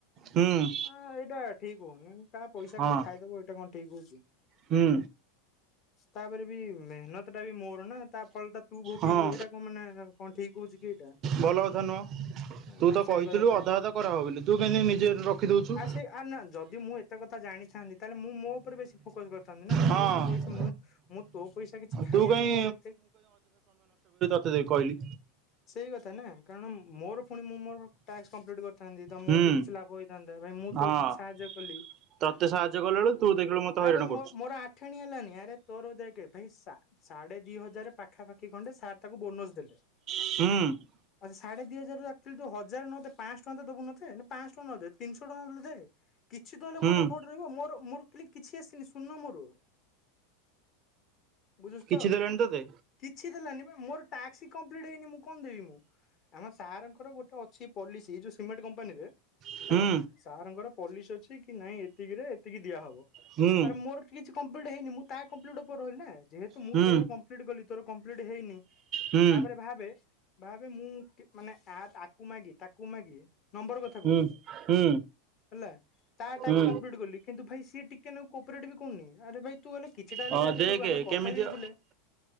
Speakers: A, on the right; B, on the left.
A: ହୁଁ।
B: ଆଁ ଏଇଟା ଠିକ ହଉନି କାହା ପଇସା
A: ହଁ
B: କେତେ ଖାଇଦବ ଏଇଟା କଣ ଠିକ ହଉଛି।
A: ହୁଁ।
B: ତାପରେ ବି ମେହନତ ଟା ବି ମୋର ନା ତା ଫଳ ତ ତୁ ଭୋଗିବୁ
A: ହଁ
B: ଏଇଟା କଣ ମାନେ କଣ ଠିକ କହୁଛି କି ଏଇଟା।
A: ଭଲ କଥା ନୁହଁ।
B: ଉଁ
A: ତୁ ତ
B: ସେଇ
A: କହିଥିଲୁ
B: କଥା
A: ଅଧା ଅଧା କରା ହବ ବୋଲି ତୁ କେମିତି ନିଜେ ରଖିଦଉଛୁ।
B: ଆ ସେ ଆର୍ ନା ଯଦି ମୁଁ ଏତେ କଥା ଜାଣିଥାନ୍ତି ତାହେଲେ ମୁଁ ମୋ ଉପରେ ବେଶୀ ଫୋକସ୍ କରି ଥାନ୍ତିନା
A: ହଁ
B: ତୋଟା ପଇସା ମୁଁ ମୁଁ ତୋ ପଇସା କିଛି ଖାଇବାକୁ
A: ତୁ କାହିଁ
B: ମୋର ଏତେ
A: ଦେ କହିଲି।
B: ସେଇ କଥା ନା କାରଣ ମୋର ଫୁଣି ମୁଁ ମୋର ଟାକ୍ସ କମ୍ପ୍ଲିଟ କର ଥାନ୍ତି ତ ମୋର
A: ହୁଁ
B: ବି କିଛି ଲାଭ ହେଇଥାନ୍ତା ଭାଇ ମୁଁ
A: ହଁ
B: ତୋ ପ୍ରତି ସାହାଯ୍ୟ କଲି
A: ତତେ ସାହାଯ୍ୟ କଲା ବେଳୁ ତୁ ଦେଖିଲୁ ମତେ ହଇରାଣ
B: ଆରେ
A: କରୁଛୁ
B: ମୋର ମୋର ଆ ଠେଣି ହେଲାନି ଆରେ ତୋର ଦେଖ କି ଭାଇ ସା ସାଢେ ଦି ହଜାର ପାଖାପାଖି ଖଣ୍ଡେ ସାର୍ ତାକୁ ବୋନସ ଦେଲେ।
A: ହୁଁ।
B: ଆଛା ସାଢେ ଦି ହଜାରରୁ ଆକ୍ଚୋଲି ତ ହଜାର ନ ଦେ ପାଅଁଶହ ଟଙ୍କା ଦବୁ ମତେ ନା ପାଅଁଶହ ଟଙ୍କା ନଦେ ତିନିଶ ଟଙ୍କା ତ ଦେ। କିଛି ତହଲେ
A: ହୁଁ
B: ମୋର ଲାଭ ଗୋଟେ ରହିବ ମୋର ମୋର କ କିଛି ଆସିନି ଶୂନ ମୋର। ବୁଝୁଚୁ
A: କିଛି
B: ତ?
A: ଦେଲେଣି ତତେ
B: କିଛି ଦେଲାନି ବା ମୋର ଟାକ୍ସ ହିଁ କମ୍ପ୍ଲିଟ ହେଇନି ମୁଁ କଣ ଦେବି ମୁଁ ଆମ ସାରଙ୍କର ଗୋଟେ ଅଛି ପଲିସି ଯୋଉ ସିମେଣ୍ଟ କମ୍ପାନୀରେ
A: ହୁଁ
B: ହେଲା ସାର ଙ୍କର ପଲିସ ଅଛି ଅଛି କି ନାଇଁ ଏତିକିରେ ଏତିକି ଦିଆହବ।
A: ହୁଁ
B: ଆରେ ମୋର କିଛି କମ୍ପ୍ଲିଟ ହେଇନି ମୁଁ ତା କମ୍ପ୍ଲିଟ ଉପରେ ରହିଲ ନା ଯେହେତୁ ମୁଁ
A: ହୁଁ
B: ତୋର କମ୍ପ୍ଲିଟ କଲି ତୋର କମ୍ପ୍ଲିଟ ହେଇନି
A: ହୁଁ
B: ତାପରେ ଭାବେ ନାବେ ମୁଁ ମାନେ ତାକୁ ମାଗି ତାକୁ ମାଗି। ନମ୍ବର କଥା
A: ହୁଁ
B: କହୁଚି
A: ହୁଁ
B: ହେଲା ତା ଟ୍ୟକ୍ସ
A: ହୁଁ
B: ଗଲି କିନ୍ତୁ ଭାଇ ସିଏ ଟିକେ ନାଗୁବି କୋପ୍ରେଟେ କରୁନି। ଆରେ ଭାଇ ତୁ ହେଲେ କିଛିଟା ହେଲେ
A: ହଁ
B: ସାହାଯ୍ୟ
A: ଦେଖେ
B: କରିବୁ ଆମେ କଥା
A: କେମିତି
B: ବି ହେଇଥିଲେ।